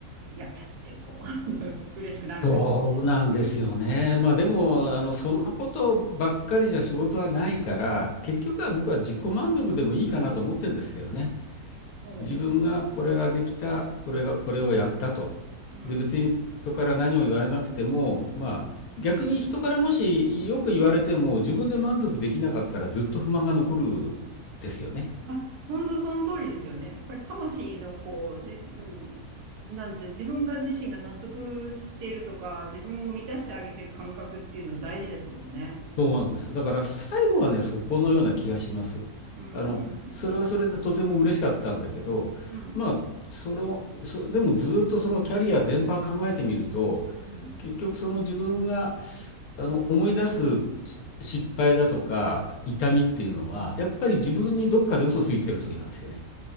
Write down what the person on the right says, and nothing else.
やったってこう <laughs> 嬉しくなるんですね。
おう。
うん。
うん。あ、そんとその通りですよね。やっぱり魂のこう、自分、なんていう、自分が自身が納得してるとか、自分を満たしてあげてる感覚っていうの大事ですもんね。
うんうんうん。
うん。
うん。